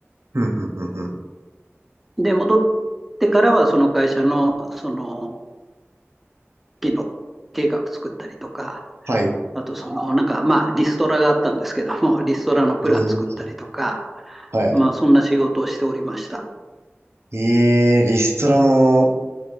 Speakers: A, on the right; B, in the centre.
A: ふんふんふんふん。
B: で、戻ってからはその会社の、その期の計画作ったりとか、
A: はい。
B: あとその、なんか、まあ、リストラがあったんですけども、<laughs> リストラのプラン作ったりとか、
A: えー、はい。
B: まあ、そんな仕事をしておりました。
A: ええ、リストラの